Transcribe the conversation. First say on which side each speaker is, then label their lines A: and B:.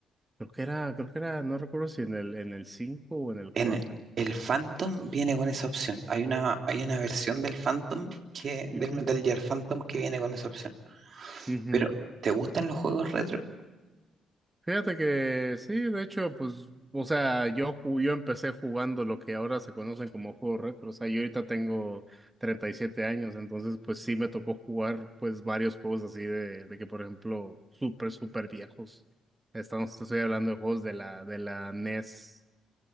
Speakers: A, on the right; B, on the right.
A: Creo que era, creo que era, no recuerdo si en el, en el 5 o en el
B: En
A: cuatro
B: el Phantom viene con esa opción. Hay una, hay una versión del Phantom que, del
A: Ujú,
B: Metal Gear Phantom que viene con esa opción.
A: ujú.
B: Pero, ¿te gustan los juegos retro?
A: Fíjate que sí, de hecho, pues, o sea, yo, ju- yo empecé jugando lo que ahora se conocen como juegos retro, o sea, yo ahorita tengo 37 años, entonces, pues sí me tocó jugar, pues, varios juegos así de, de que, por ejemplo, súper, súper viejos. Estamos, te estoy hablando de juegos de la, de la NES,